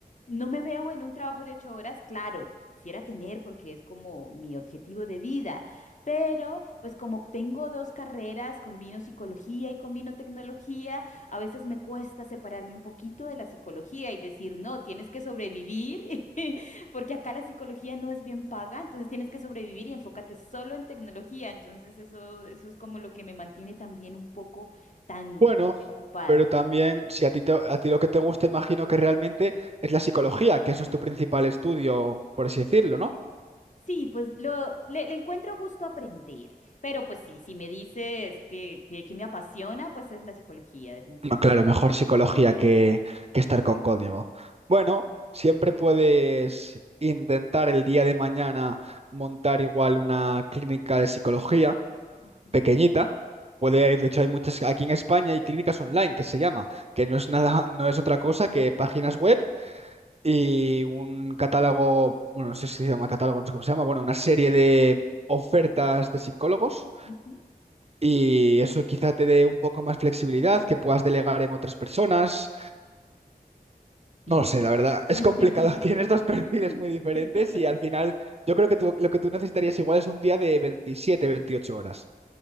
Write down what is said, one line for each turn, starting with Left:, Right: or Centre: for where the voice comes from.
Left: no me veo en un trabajo de ocho horas, claro, quisiera tener porque es como mi objetivo de vida, pero pues como tengo dos carreras, combino psicología y combino tecnología, a veces me cuesta separarme un poquito de la psicología y decir, no, tienes que sobrevivir, <laughs> porque acá la psicología no es bien paga, entonces tienes que sobrevivir y enfócate solo en tecnología, entonces eso, eso es como lo que me mantiene también un poco tan...
Right: Bueno,
Left: eh, ocupada.
Right: pero también si a ti, te- a ti lo que te gusta, imagino que realmente es la psicología, que eso es tu principal estudio, por así decirlo, ¿no?
Left: Sí, pues lo, le, le encuentro gusto a aprender, pero pues sí, si me dices que, que, que me apasiona, pues es la psicología, definitivamente.
Right: No, claro, mejor psicología que, que estar con código. Bueno, siempre puedes intentar el día de mañana montar igual una clínica de psicología
Left: Ujú,
Right: pequeñita. Puede, de hecho, hay muchas, aquí en España hay clínicas online que se llama, que no es nada, no es otra cosa que páginas web y un catálogo, bueno, no sé si se llama catálogo, no sé cómo se llama, bueno, una serie de ofertas de psicólogos
Left: ujú,
Right: y eso quizá te dé un poco más flexibilidad, que puedas delegar en otras personas.
Left: Sí.
Right: No lo sé, la verdad, es
Left: <laughs>
Right: complicado, <laughs> tienes dos perfiles muy diferentes y al final yo creo que tú- lo que tú necesitarías igual es un día de 27 28 horas.